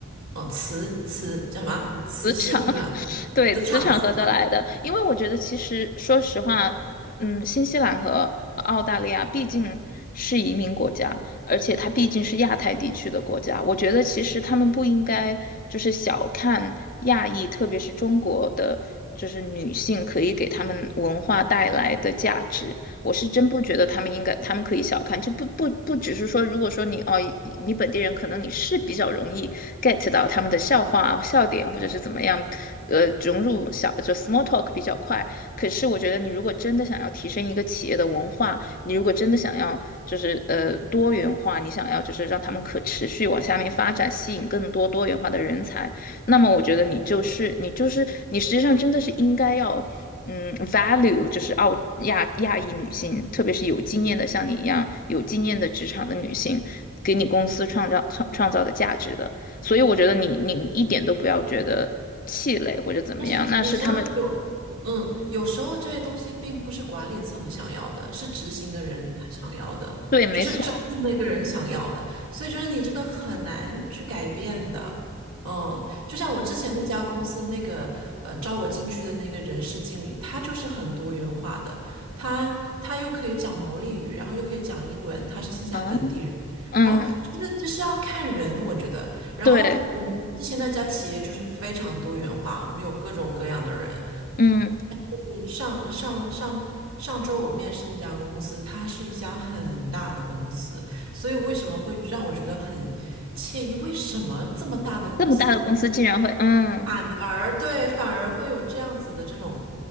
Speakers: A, on the right; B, on the left.
A: 呃磁磁叫什么磁性是吧？
B: 磁场，<laughs> 对，
A: 磁场磁场。
B: 磁场合得来的。因为我觉得，其实说实话，嗯，新西兰和澳大利亚毕竟是移民国家，而且它毕竟是亚太地区的国家。我觉得，其实他们不应该就是小看亚裔，特别是中国的，就是女性可以给他们文化带来的价值。我是真不觉得他们应该，他们可以小看，就不不不只是说，如果说你哦，你本地人可能你是比较容易 get 到他们的笑话、笑点，或者是怎么样，呃，融入小就 small talk 比较快。可是我觉得你如果真的想要提升一个企业的文化，你如果真的想要就是呃多元化，你想要就是让他们可持续往下面发展，吸引更多多元化的人才，那么我觉得你就是你就是你实际上真的是应该要。嗯，value 就是澳亚亚裔女性，特别是有经验的，像你一样有经验的职场的女性，给你公司创造创创造的价值的。所以我觉得你你一点都不要觉得气馁或者怎么样，
A: 但是你知道有，
B: 那是他们
A: 嗯，有时候这些东西并不是管理层想要的，是执行的人他想要的，
B: 对，没错，
A: 就是招的那个人想要的，所以就是你这个很难去改变的。嗯，就像我之前那家公司那个呃招我进去的那个人事经理，他就是很多元化的，他他又可以讲毛利语，然后又可以讲英文，他是新西兰本地人，
B: 啊，嗯，
A: 然后就是就是要看人，我觉得。然后我们之前那家企业就是非常多元化，
B: 对，
A: 我们有各种各样的人。
B: 嗯，
A: 嗯，上上上上周我面试那家公司，它是一家很大的公司，所以为什么会让我觉得很惬意？为什么这么大的公司
B: 这么大的公司竟然会嗯。
A: 反而对反而会有这样子的这种